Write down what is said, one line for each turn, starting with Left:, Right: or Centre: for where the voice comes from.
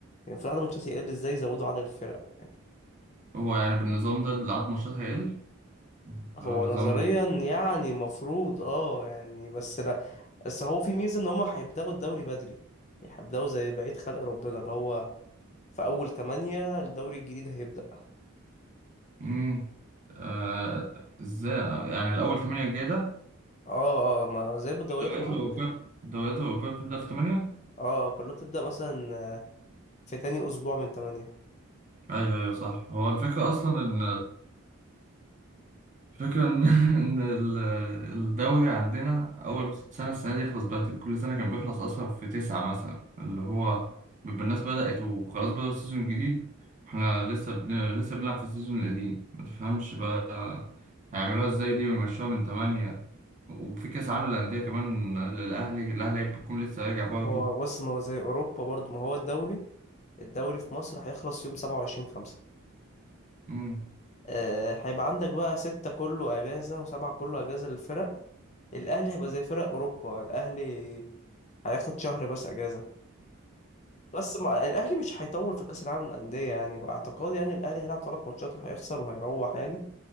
Left: المفروض عدد الماتشات يقل ازاي يزودوا عدد الفرق يعني
Right: هو يعني بالنظام ده اللي عدد ماتشات هيقل اللي
Left: هو
Right: هو النظام
Left: نظريا
Right: ال-
Left: يعني المفروض اه يعني بس لا بس هو في ميزة ان هما هيبدأوا الدوري بدري يعني هيبدأوا زي بقية خلق ربنا اللي هو في أول تمانية الدوري الجديد هيبدأ
Right: مم. آه ازاي يعني الأول تمانية الجاي ده
Left: اه اه ما زي بدوريات
Right: الدوريات
Left: أوروبا
Right: الأوروبية
Left: كده
Right: الدوريات الأوروبية بتبدأ في تمانية
Left: اه كلها بتبدأ مثلا في تاني أسبوع من تمانية
Right: أيوه أيوه صح هو الفكرة أصلا إن فكرة إن <laughs> إن ال- الدوري عندنا أول سنة السنة دي يخلص بدري كل سنة كان بيخلص أصلا في تسعة مثلا اللي هو بيبقى الناس بدأت وخلاص بدأوا السيزون الجديد إحنا لسه بن- لسه بنلعب في السيزون القديم متفهمش بقى هيعملوها إزاي دي ويمشوها من تمانية وفي كأس عالم للأندية كمان للأهلي الأهلي هيكون لسه راجع برضه
Left: هو بص ما هو زي أوروبا برضو ما هو الدوري الدوري في مصر هيخلص يوم سبعة وعشرين خمسة
Right: أمم،
Left: آه، هيبقى عندك بقى ستة كله أجازة وسبعة كله أجازة للفرق الاهلي هيبقى زي فرق اوروبا الاهلي هياخد شهر بس اجازه بس ما الاهلي مش هيطول في كاس العالم للانديه يعني باعتقاد يعني الاهلي هيلعب ثلاث ماتشات وهيخسر وهيروح يعني